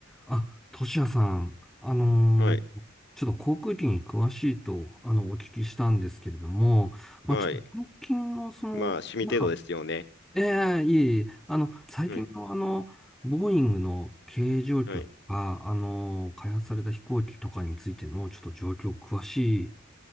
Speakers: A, in the centre; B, on the left.
A: あ、トシヤさん、あのー
B: はい。
A: ちょっと航空機に詳しいと、あの、お聞きしたんですけれども、まあ、
B: はい。
A: ちょっと最近の、その、
B: まあ、趣味程度ですよね。
A: なんか、ええいえいえ、あの、最近の、
B: はい。
A: あの、ボーイングの経営状況とか、
B: はい。
A: あの開発された飛行機とかについての、ちょっと状況詳し